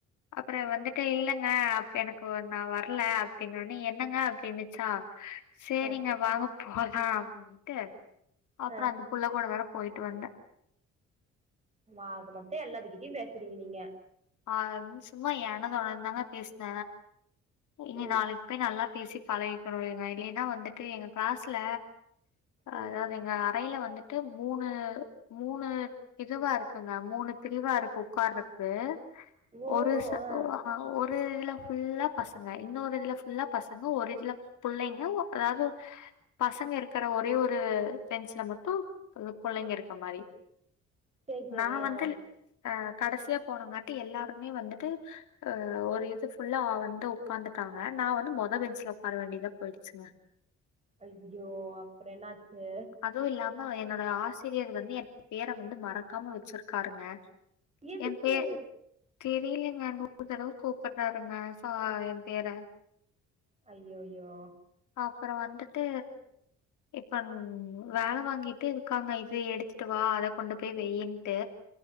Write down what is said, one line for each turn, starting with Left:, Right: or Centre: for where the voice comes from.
Left: அப்புற வந்துட்டு இல்லங்க எனக்கு ஒ நா வர்ல அப்டின்னொன்னே என்னங்க அப்டின்னிச்சா செரிங்க
Right: அ
Left: வாங்க போலா அப்பிடின்ட்டு அப்ற
Right: அ
Left: அந்த புள்ள கூட வேற போயிட்டு வந்தே
Right: ஆக மொத்தோ எல்லாத்துக்கிட்டியு பேசுறீங்க நீங்க
Left: ஆ சும்மா ஏனோ தானோந்தாங்க பேஸ்ன இனி
Right: ம்
Left: நாளைக் போய் நல்லா பேசி பழகிக்கணு இல்லிங்க இல்லைன்னா வந்துட்டு எங்க க்ளாஸ்ல
Right: ம்
Left: அதாவது எங்க அறையில வந்துட்டு மூணு மூணு இதுவா இருக்குங்க மூணு பிரிவா இருக்கு உக்காரத்து
Right: ஓ
Left: ஒரு ச
Right: ஆ
Left: ஒ அ ஒரு இதுல்ல ஃபுல்லா பசங்க இன்னொரு இதுல ஃபுல்லா பசங்க ஒரு இதுல புள்ளைங்க ஒ அதாவ்து பசங்க இருக்கிற ஒரே ஒரு பெஞ்ச்ல மட்டு ப புள்ளைங்க இருக்க மாரி
Right: சேரி சேரி
Left: நா வந்து
Right: ஆ
Left: ஆ கடைசியா போனங்காட்டி எல்லாருமே வந்துட்டு ஆ ஒரு இது ஃபுல்லா வந் து உக்காந்துட்டாங்க நா வந்து மொத பெஞ்ச்ல உக்கார வேண்டியதா போயிடுச்சுங்க
Right: ஐயோ அப்புற என்னாச்சு
Left: அதுவு இல்லாம என்னோட ஆசிரியர் வந்து எ பேர வந்து மறக்காம வெச்சிருக்காருங்க
Right: எதுக்கு
Left: எம் பே தெரிலெங்க நூறு தடவ கூப்பிற்றாருங்க சா எம் பேர
Right: அய்யோயோ
Left: அப்புற வந்துட்டு இப்பன் வேல வாங்கிட்டே இருக்காங்க இது எடுத்துட்டு வா அத கொண்டு போய் வெயின்ட்டு